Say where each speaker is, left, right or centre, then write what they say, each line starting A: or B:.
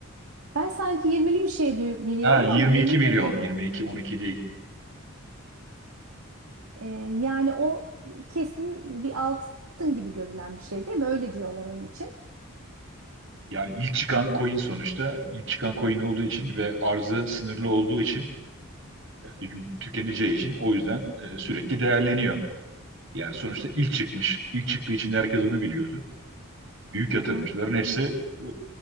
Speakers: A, on the right (about 85°); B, on the right (about 60°).
A: Ben sanki 20'li bir şey duy- biliyorum
B: Ha
A: ama
B: 22
A: emin
B: milyon.
A: de değilim.
B: 22 12 değil.
A: Ee, yani o kesin bir altın gibi görülen bir şey değil mi? Öyle diyorlar onun için.
B: Yani ilk çıkan coin sonuçta ilk çıkan coin olduğu için ve arzı sınırlı olduğu için e, bir gün tükeneceği için o yüzden e, sürekli değerleniyor. Yani sonuçta ilk çıkmış, ilk çıktığı için herkes onu biliyordu. Büyük
A: Hı
B: yatırımcıların
A: hı.
B: hepsi e,